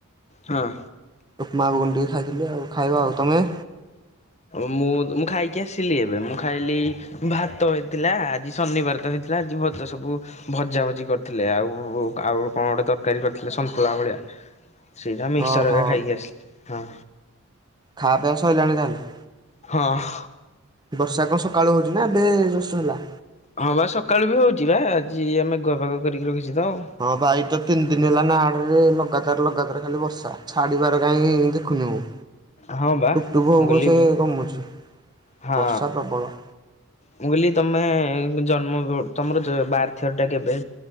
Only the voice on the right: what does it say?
ଉପମା ଗୁଗୁନି ଟିକେ ଖାଇଥିଲି ଆଉ ଖାଇବି ଆଉ ତମେ?
ଓହୋ
ଖା ପିଇବା ଶଇଲାଣି ତାହେଲେ?
ବର୍ଷା କଣ ସକାଳୁ ହଉଚ ନା ଏବେ ଜଷ୍ଟ ହେଲା?
ହଁ ଭାଇ ତ ତିନି ଦିନ ହେଲା ନା ଆଡରେ ଲଗାତାର ଲଗାତାର ଖାଲି ବର୍ଷା। ଛାଡ଼ିବାର କାହିଁ ଦେଖୁନି ମୁଁ
ଟୁପ୍ ଟୁପ ହେଉ
ପଛେ କମୁଛି।
ବର୍ଷା ପ୍ରବଳ।